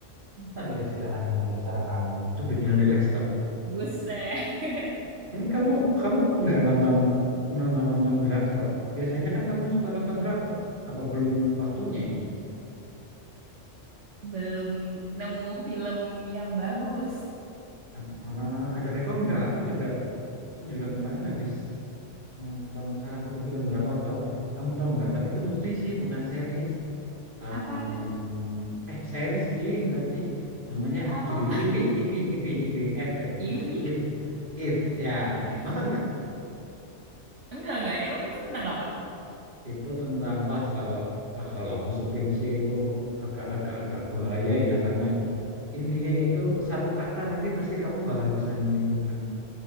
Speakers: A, on the right; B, on the right.
A: Sambil istirahat dengerin suara kamu. Itu bikin relax tau.
B: Buset. <laughs>
A: Ini kamu kamu nggak nonton nonton nonton drakor. Biasanya kan kamu suka nonton drakor. Apa belum waktunya ini?
B: Belum nemu film yang bagus.
A: Ah, ada rekom nggak? Aku juga Aku juga kemarin habis nonton salah satu film drakor tahu. Kamu tahu nggak? Tapi itu movie sih, bukan series. Em,
B: Apa-apa tuh?
A: eh series ding berarti namanya
B: Apa-apa?
A: judulnya Ivy, Ivy, Ivy, Ivy, Eve,
B: Givi?
A: Ivy, If, If ya.
B: Giv?
A: Nonton nggak?
B: Enggak, enggak. Emang itu tentang apa?
A: Itu tentang wah kalau wah kalau aku sepil sih itu agak-agak agak bahaya ya karena intinya itu satu kata nanti pasti kamu bakal bisa menyimpulkan